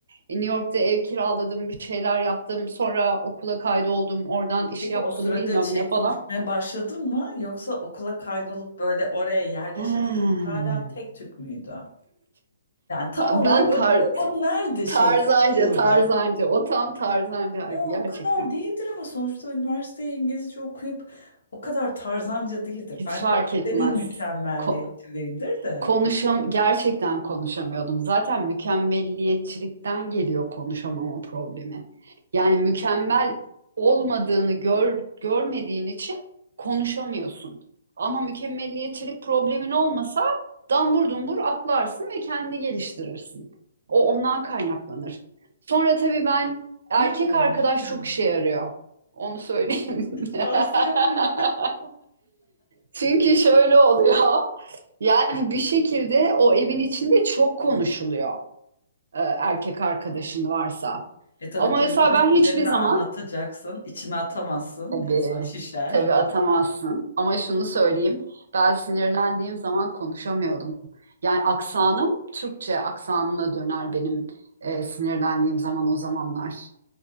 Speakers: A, on the right; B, on the left.
A: e, New York'ta ev kiraladım, bir şeyler yaptım. Sonra okula kaydoldum. Oradan iş
B: Peki
A: yaptım,
B: o sırada
A: bilmem
B: şey
A: ne
B: konuşmaya
A: falan.
B: başladın mı? Yoksa okula kaydolup böyle oraya yerleşene
A: Hmm.
B: kadar hala tek tük müydü? Yani tam
A: Ha,
B: olarak
A: Ben
B: o,
A: tar
B: o, o nerede şey
A: tarzanca,
B: kırıldı?
A: tarzanca. O tam tarzancaydı
B: Ya o
A: gerçekten.
B: kadar değildir ama sonuçta üniversiteye İngilizce okuyup o kadar tarzanca değildir.
A: Hiç
B: Bence
A: fark etmez.
B: senin mükemmelliyetçiliğindir
A: Ko-
B: de.
A: Konuşam gerçekten konuşamıyordum. Zaten mükemmelliyetçilikten geliyor konuşamama problemi. Yani mükemmel olmadığını gör, görmediğin için konuşamıyorsun. Ama mükemmelliyetçilik problemin olmasa dambur dumbur atlarsın ve kendini geliştirirsin. O ondan kaynaklanır. Sonra tabii ben erkek
B: Yok böyle
A: arkadaş
B: mükemmel.
A: çok işe yarıyor. Onu söyleyeyim.
B: Tavsiye
A: <laughs>
B: yapamam.
A: Çünkü şöyle oluyor. Yani bir şekilde o evin içinde çok konuşuluyor e, erkek arkadaşın varsa.
B: E tabii
A: Ama
B: duygu
A: mesela
B: düşünceni
A: ben hiçbir
B: de
A: zaman
B: anlatacaksın. İçine atamazsın.
A: tabii
B: İnsan şişer.
A: tabii atamazsın. Ama şunu söyleyeyim. Ben sinirlendiğim zaman konuşamıyordum. Yani aksanım Türkçe aksanına döner benim e, sinirlendiğim zaman o zamanlar.